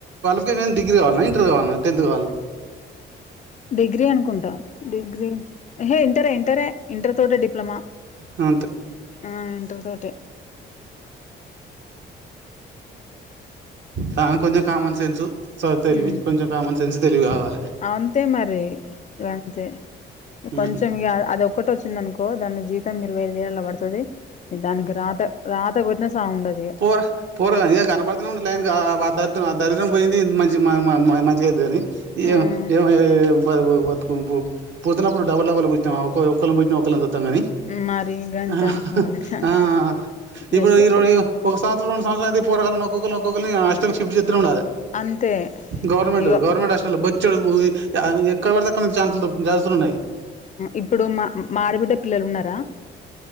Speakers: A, on the right; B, on the left.
A: ఓకే నేను డిగ్రీ కావాలన్నా ఇంటర్ కావాల టెంత్ కావాలన్నా
B: డిగ్రీ అనుకుంటా డిగ్రీ హే ఇంటర్ ఇంటరే ఇంటర్ తోట డిప్లొమా
A: అ
B: ఆ ఇంటర్ తోటే
A: దనీ కొంచెం కామన్ సెన్స్ చ తెలివి
B: మ్మ్
A: కొంచెం కామన్ సెన్స్ తెలివి కావాలి
B: అంతే మరి ఇంతే కొంచెం
A: ఉహు.
B: అదొ ఒక్కటి వచ్చింది అనుకో దాని జీతం ఇరవై ఐదు వేళ్లో పడుతుంది దానికి రాత రాత కొట్న సాగు ఉండదు ఇగ
A: పోరా పో <unintelligible> దరిద్రం పోయింది మంచి మంచిగా అంది కానీ ఏ
B: మ్మ్
A: ఏ <unintelligible> పోతున్నప్పుడు <unintelligible> డబ్బు పుచ్చాం <unintelligible>
B: మరి గంతే
A: <unintelligible>
B: అనుకోవాలిగా
A: ఆ
B: జస్ట్
A: ఇప్పుడు ఈ
B: ఒక
A: ర ఒక సంవత్సరం రెండు సంవత్సరం అయితే పోరగాలలను ఒక్కొక్క ఒక్కొక్కరిని హాస్టల్కి షిఫ్ చేస్తనే ఉండాలి
B: అంతే
A: గవర్నమెంట్
B: ఇగో
A: గవర్నమెంట్ హాస్టల్ బ చెడు ఎక్కడ పడతేక్క ఛాన్స్లు జాన్స్లున్నాయి
B: ఇప్పుడు మా మా ఆడబిడ్డ పిల్లలు ఉన్నారా